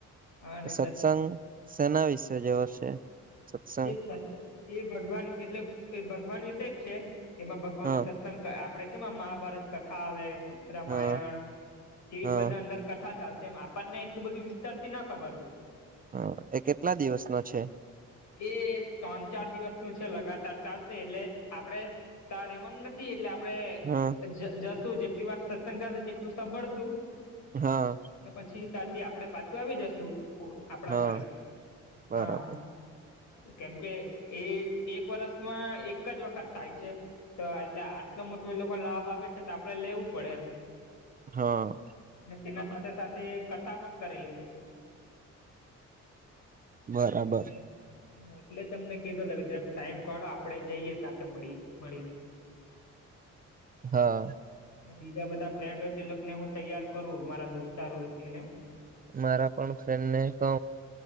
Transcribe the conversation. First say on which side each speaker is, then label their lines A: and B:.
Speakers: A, on the left (about 70°); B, on the right (about 30°).
A: હા, અને
B: સત્સંગ સેના વિશે જેવો છે સત્સંગ.
A: એ સત્સ- એ ભગવાન એટલે એ ભગવાન વિસે જ છે એમાં ભગવાનનું
B: હા
A: સત સત્સંગ આપડે કેમાં મહાભારત કથા આવે. રામાયણ
B: હા
A: એજ
B: હા
A: બધા અંદર કથા ચાલશે એમ આપ આપણ ને એટલું બધું વિસ્તાર થી ન ખબર હોય.
B: હા એ કેટલા દિવસ નો છે?
A: એ ત્રણ ચાર દિવસનું છે લગાતાર ચાલશે એટલે આપડે તા રેવાનું ને થી એટલે આપડે
B: હા
A: જ જા સુધી જેટલી વાર સત્સંગ ચાલશે તેટલું સાંભળશું.
B: હા.
A: ને પછી ત્યાંથી આપડે પાછું આવી જશું આપડા
B: હા
A: ઘરે
B: બરાબર
A: હા. કેમ કે એ એક વર્ષમાં એક જ વખત થાય છે. તો એટલે આટલો મોટો એ લોકો લાભ આપે છે તો આપડે લેવું પડે એમ.
B: હા.
A: ને તેના સાથે સાથે કથા પણ કરેલી છે.
B: બરાબર
A: એટલે. એટલે તમને કેતો તો ટાઈમ કાઢો આપડે જઈએ સાથે મળી મળીને.
B: હા.
A: ને બીજા બધા ફ્રેન્ડ હોય તેને હું તૈયાર કરું મારા દોસ્તાર હોય તેને.
B: મારા પણ ફ્રેન્ડ ને કઉ.